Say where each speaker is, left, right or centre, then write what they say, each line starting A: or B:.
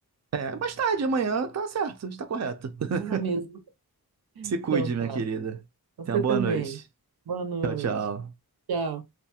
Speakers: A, on the right; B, on the right.
A: É, mais tarde, amanhã, tá certo, está correto. <laughs>
B: Tô na mesma.
A: Se cuide,
B: Então tá.
A: minha querida.
B: Você
A: Tenha uma boa
B: também.
A: noite.
B: Boa noite.
A: Tchau, tchau.
B: Tchau.